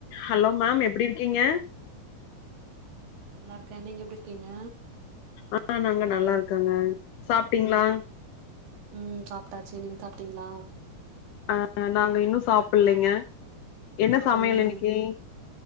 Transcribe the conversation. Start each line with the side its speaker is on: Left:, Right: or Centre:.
Left: Hello ma'am எப்டி இருக்கீங்க
Right: நல்லா இருக்கே நீங்க எப்டி இருக்கீங்க
Left: ஆ நாங்க நல்லா இருக்கங்க சாப்டீங்ளா
Right: ம் ம் சாப்டாச்சு நீங்க சாப்டீங்ளா
Left: ஆ நாங்க இன்னு சாப்பிட்லங்க என்ன சமையல்
Right: ம்
Left: இன்னைக்கி